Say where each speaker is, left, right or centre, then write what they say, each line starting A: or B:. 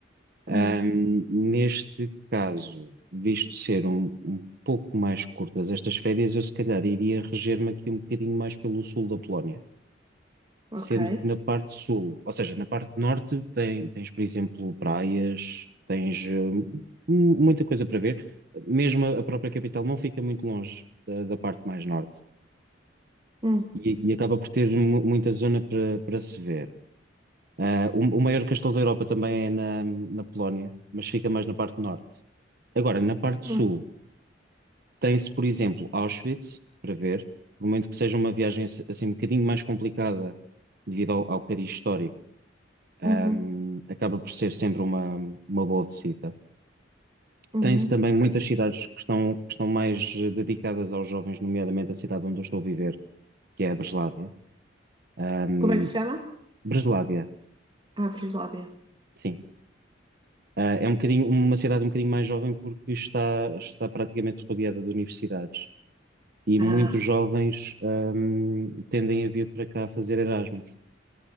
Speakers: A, on the right; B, on the right.
A: Hum,
B: uhum,
A: neste caso, visto ser um, um pouco mais curtas estas férias, eu se calhar iria reger-me aqui um bocadinho mais pelo sul da Polónia
B: Ok.
A: sendo que na parte sul, ou seja, na parte norte, tem- tens, por exemplo, praias, tens hum, muita coisa para ver. Mesmo a a própria capital não fica muito longe da, da parte mais norte
B: uhum,
A: e, e acaba por ter mu- muita zona para, para se ver. Ah, o, o maior castelo da Europa também é na, na Polónia, mas fica mais na parte norte. Agora, na parte
B: uhum,
A: sul, tem-se, por exemplo, Auschwitz para ver, por muito que seja uma viagem assim um bocadinho mais complicada devido ao, ao cariz histórico ahm,
B: uhum,
A: acaba por ser sempre uma, uma boa visita.
B: uhum.
A: Tem-se também muitas cidades que estão, que estão mais eh, dedicadas aos jovens, nomeadamente a cidade onde eu estou a viver, que é a Breslávia. Ahm,
B: Como é que se chama?
A: Breslávia,
B: Ah, Breslávia.
A: sim. Ah, é um bocadinho, uma cidade um bocadinho mais jovem porque está, está praticamente rodeada de universidades. E
B: Ah,
A: muitos jovens, ahm, tendem a vir para cá fazer Erasmus.